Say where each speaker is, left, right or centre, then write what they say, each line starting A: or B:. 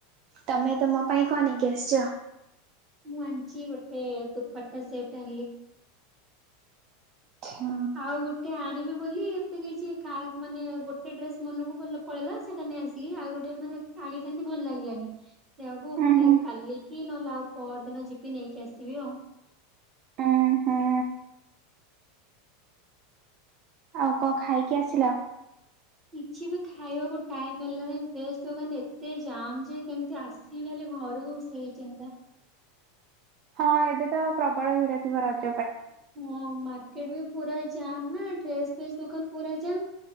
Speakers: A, on the right; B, on the right.
A: ତମେ ତମ ପାଇଁ କଣ ନେଇକି ଆସିଛ।
B: ମୁଁ ଆଣିଛି ଗୋଟେ ଦୁପଟା ସେଟ ଆଣିଲି।
A: ଆଚ୍ଛା।
B: ଆଉ ଗୋଟେ ଆଣିବି ବୋଲି ଏତେ କିଛି ଖାସ ମାନେ ଗୋଟେ ଡ୍ରେସ ମନକୁ ଭଲ ପଳେଇଲା ସେଟା ନେଇ ଆସିଲି ଆଉ ଗୋଟେ ମାନେ ଆଣିଥାନ୍ତି ଭଲ ଲାଗିଲାନି। ସେୟାକୁ
A: ଉଁ
B: ପୁଣି
A: ହୁଁ
B: କାଲି। କି ନହଲେ ଆଉ ପହର ଦିନ ଯିବି ନେଇକି ଆସିବି ଆଉ।
A: ଉଁ ହୁଁ ଆଉ କଣ ଖାଇକି ଆସିଲ
B: କିଛି ବି ଖାଇବାକୁ ଟାଇମ ହେଲାନି ଡ୍ରେସ ଦୋକାନ ଏତେ ଯାମ୍ ଯେ କେମତି ଆସି ହେଲି ଘରକୁ ସେଇ ଚିନ୍ତା।
A: ହଁ ଏବେ ତ ପ୍ରବଳ ଭିଡ ଥିବ ରଜରେ।
B: ହଁ ମାର୍କେଟ ବି ପୁରା। ଯମ୍ ନା ଡ୍ରେସ ଫେସ୍ ଦୋକାନ ପୁରା ଯମ୍।